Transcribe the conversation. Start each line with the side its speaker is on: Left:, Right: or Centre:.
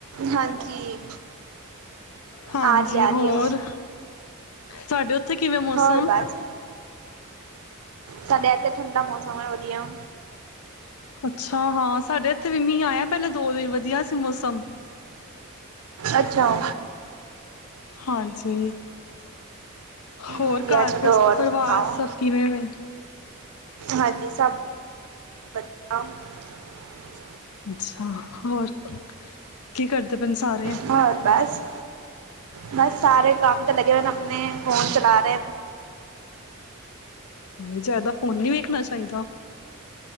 Right: ਹਾਂਜੀ
Left: ਹਾਂਜੀ
Right: ਆ ਰਹੀ ਆ
Left: ਹੋਰ,
Right: ਰਹੀ ਹੈ ਹੁਣ।
Left: ਸਾਡੇ ਉੱਥੇ ਥ ਕਿਵੇ ਮੌਸਮ
Right: ਹੋਰ ਬਸ ਸਾਡੇ ਇੱਥੇ ਠੰਡਾ ਮੌਸਮ ਹੈ ਵਧੀਆ,
Left: ਅੱਛਾ ਹਾਂ ਸਾਡੇ ਇੱਥੇ ਵੀ ਮੀਹ ਆਇਆ ਪਹਿਲਾਂ ਦੋ ਦਿਨ ਵਧੀਆ ਸੀ ਮੌਸਮ,
Right: ਅੱਛਾ
Left: ਹਾਂਜੀ। ਹੋਰ
Right: ਵਧੀਆ
Left: ਘਰ
Right: ਚਲੋ
Left: ਪਰ
Right: ਹੋਰ
Left: ਪਰਿਵਾਰ
Right: ਸੁਣਾਓ
Left: ਸਭ ਕਿਵੇਂ ਐ?
Right: ਹਾਂਜੀ ਸਭ <unintelligible>
Left: ਅੱਛਾ, ਹੋਰ ਕੀ ਕਰਦੇ ਪਏ ਨੇ ਸਾਰੇ?
Right: ਹੋਰ ਬਸ ਬਸ ਸਾਰੇ ਕੰਮ ਤੇ ਲੱਗੇ ਹੋਏ ਆਪਣੇ ਫੋਨ ਚਲਾ ਰਹੇ।
Left: ਜ਼ਿਆਦਾ ਫੋਨ ਨੀ ਵੇਖਣਾ ਚਾਹੀਦਾ।